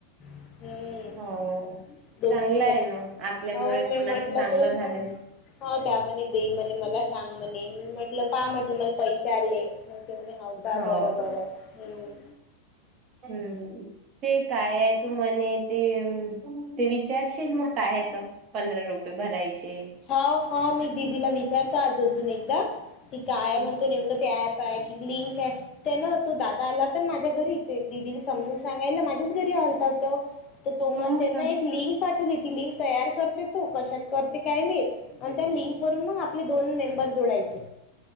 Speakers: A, on the left (about 35°); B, on the right (about 35°).
A: हम्म,
B: हो
A: दोघी
B: चांगलं
A: झाली
B: आहे ना आपल्यामुळे
A: हो मी
B: कोणाचं
A: म्हटलं
B: चांगलं
A: तेच
B: झालेल
A: ना हो त्या मणे दे म्हणे मला सांग म्हणे मी म आपलं पहा म्हटलं मला पैसे आले मग ते म्हणे हऊ का
B: हो
A: बरं बरं हम्
B: हम्म ते काय आहे तू म्हणे ते ते विचारशील मग काय आहे त पंधरा रुपये भरायचे
A: होा हा मी दिदीला विचारतो आज अजून एकदा की काय
B: हम्म.
A: म्हणतो नेमकं ते प क लिंक त्या ना तो दादा आला तर माझ्या घरी ददीला समज सांगायला माझ्याच घरी आलता होत तर तो मग
B: हो
A: त्यांना
B: का
A: एक लिंक पाठवली ती लिंक तयार करते त कशात करते काय मी आणि त्या लिंक वरून आपले दोन मेंबर जोडायचे